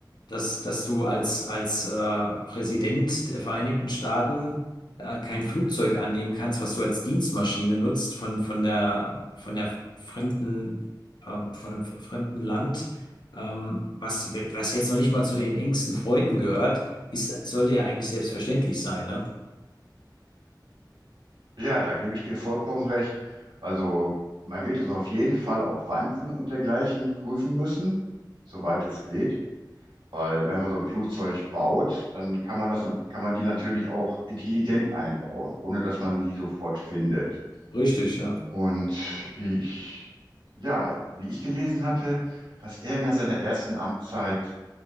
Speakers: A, on the left (about 70°); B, on the right (about 90°).
A: dass, dass du als, als äh, Präsident der Vereinigten Staaten äh, kein Flugzeug annehmen kannst, was du als Dienstmaschine nutzt von, von der, von der fremden ähm, von einem fremden Land, ähm, was, was jetzt noch nicht mal zu den engsten Freunden gehört, ist, sollte ja eigentlich selbstverständlich sein, ne?
B: Ja, da gebe ich dir vollkommen recht. Also man wird es auf jeden Fall auf Wanzen und dergleichen prüfen müssen, soweit es geht. Weil wenn man so ein Flugzeug baut, dann kann man das, kann man die natürlich auch intelligent einbauen, ohne dass man die sofort findet.
A: Richtig, ja.
B: Und ich, ja, wie ich gelesen hatte, dass er in seiner ersten Amtszeit